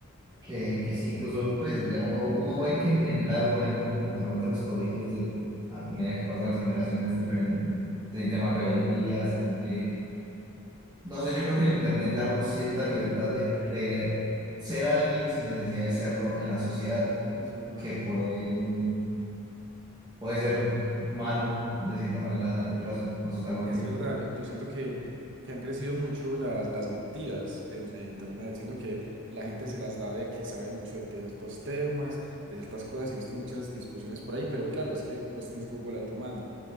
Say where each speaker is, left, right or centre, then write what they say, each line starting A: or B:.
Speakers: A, on the right; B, on the right.
A: que, que es que incluso pues ya uno, uno ve que en general, por ejemplo, el comportamiento de los colegios de, a medida que pasan las generaciones es diferente. Se
B: Ajá.
A: siente más rebeldía, se siente, no sé, yo creo que el internet le da a uno cierta libertad de creer, ser alguien sin necesidad de serlo en la sociedad,
B: Es verdad.
A: que puede, puede ser malo de cierta manera a largo plazo. Entonces es algo
B: Es
A: que,
B: verdad, yo, yo siento que, que han crecido mucho las, las mentiras en, en Internet. Siento que la gente se las da de que sabe mucho de ciertos temas, de ciertas cosas. He visto muchas discusiones por ahí, pero claro, es que vos tenés Google a tu mano.